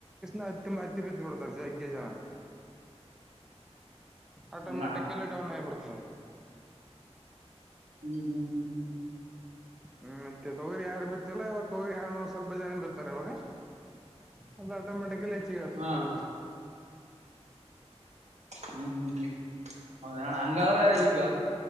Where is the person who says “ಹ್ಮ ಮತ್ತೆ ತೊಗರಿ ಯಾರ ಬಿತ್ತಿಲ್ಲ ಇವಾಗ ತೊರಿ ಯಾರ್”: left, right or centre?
Centre